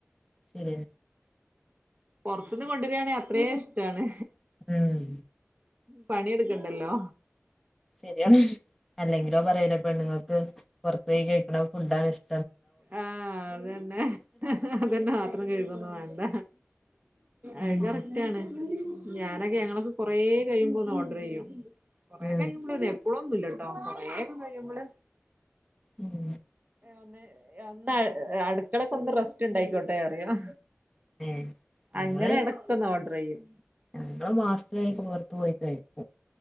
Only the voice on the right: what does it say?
പൊർത്ത്ന്ന് കൊണ്ട്രാണെ അത്രേ ഇഷ്ട്ടാണ്
പണിയെടുക്കണ്ടല്ലോ
ആഹ് അതെന്നെ അതെന്നെ പാത്രം കെഴ്കൊന്നും വാണ്ട
അത് കറക്റ്റാണ് ഞാനൊക്കെ ഞങ്ങള് കൊറേ കഴിയുമ്പോ ഒന്ന് ഓഡറെയ്യും കൊറേ
കഴിയുമ്പളൊള്ളു എപ് പ്ളൊന്നുല്ലട്ടോ കൊറെ ഒക്കെ കഴിയുമ്പള്
ഒന്ന് ഒന്ന് അടുക്കളക്കൊന്ന് റെസ്റ്റ് ണ്ടായിക്കോട്ടെ പറിയും
അങ്ങനെ എടക്കൊന്ന് ഓഡ്രെയ്യും